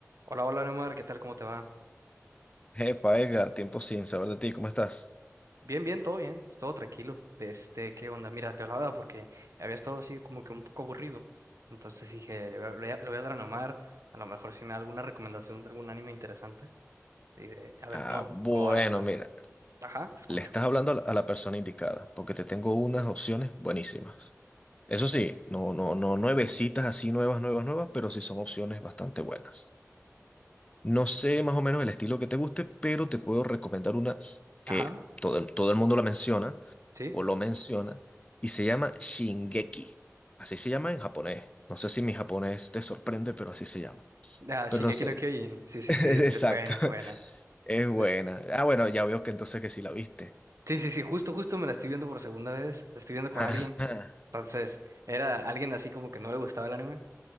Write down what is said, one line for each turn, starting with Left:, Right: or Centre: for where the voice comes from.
Right: Hola, hola, Neomar, ¿qué tal? ¿Cómo te va?
Left: Epa, Edgar, tiempo sin saber de ti, ¿cómo estás?
Right: Bien, bien, todo bien, todo tranquilo. Este, ¿qué onda? Mira, te hablaba porque había estado así como que un poco aburrido. Entonces dije, le voy a, le voy a- le voy a hablar a Neomar, a lo mejor si me da alguna recomendación de algún anime interesante y de, a ver
Left: Ah,
Right: cómo,
Left: bueno,
Right: cómo va la cosa.
Left: mira,
Right: Ajá, te escucho.
Left: le estás hablando a la, a la persona indicada, porque te tengo unas opciones buenísimas. Eso sí, no, no, no nuevecitas así nuevas, nuevas, nuevas, pero sí son opciones bastante buenas. No sé más o menos el estilo que te guste, pero te puedo recomendar una que
Right: Ajá,
Left: todo, el- todo el mundo la menciona
Right: sí.
Left: o lo menciona y se llama Shingeki. Así se llama en japonés. No sé si mi japonés te sorprende, pero así se llama.
Right: Ah,
Left: Pero
Right: Shingeki
Left: se-
Right: no Kyojin.
Left: <laughs>
Right: Sí, sí,
Left: Exacto.
Right: sí, es, es buena, es buena.
Left: Es buena.
Right: De-
Left: Ah, bueno, ya veo que entonces que sí la viste.
Right: Sí, sí, sí, justo, justo me la estoy viendo por segunda vez, la estoy viendo con
Left: Ajá.
Right: alguien. Entonces, era alguien así como que no le gustaba el anime.